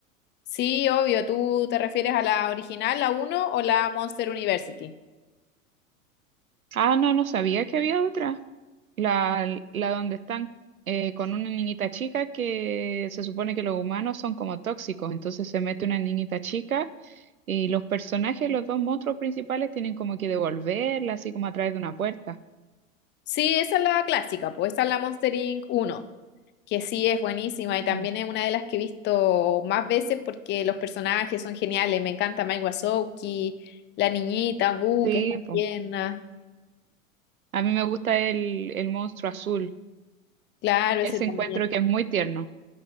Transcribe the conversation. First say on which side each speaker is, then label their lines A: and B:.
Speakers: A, on the left; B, on the right.
A: Sí, obvio. ¿Tú te refieres a la original, la uno o la Monster University?
B: Ah, no, no sabía que había otra. La, la donde están eh, con una niñita chica que se supone que los humanos son como tóxicos, entonces se mete una niñita chica y los personajes, los dos monstruos principales tienen como que devolverla, así como a través de una puerta.
A: Sí, esa es la clásica, pues esa es la Monster Inc. Uno, que sí es buenísima
B: Mm.
A: y también es una de las que he visto más veces porque los personajes son geniales. Me encanta Mike Wazowski, la niñita, Boo,
B: Sí,
A: que está
B: po.
A: tierna.
B: A mí me gusta el, el monstruo azul,
A: Claro, ese
B: ese
A: también.
B: encuentro que es muy tierno.